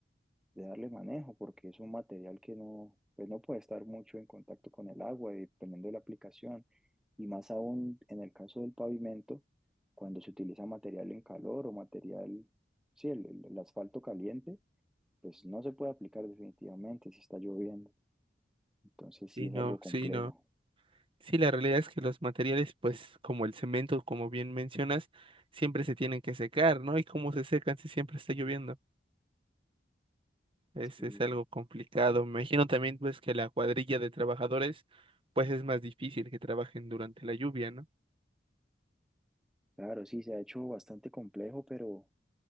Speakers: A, in the centre; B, on the right.
A: de darle manejo, porque es un material que no, pues no puede estar mucho en contacto con el agua, y dependiendo de la aplicación, y más aún en el caso del pavimento, cuando se utiliza material en calor o material, sí, el, el- el asfalto caliente, pues no se puede aplicar definitivamente si está lloviendo, entonces sí
B: Sí,
A: es
B: no,
A: algo complejo.
B: sí, no. Sí, la realidad es que los materiales, pues como el cemento, como bien mencionas, siempre se tienen que secar, ¿no? Y como se secan si siempre está lloviendo. Es,
A: Sí,
B: es algo complicado. Me imagino también, pues, que la cuadrilla de trabajadores, pues es más difícil que trabajen durante la lluvia, ¿no?
A: claro, sí, se ha hecho bastante complejo, pero,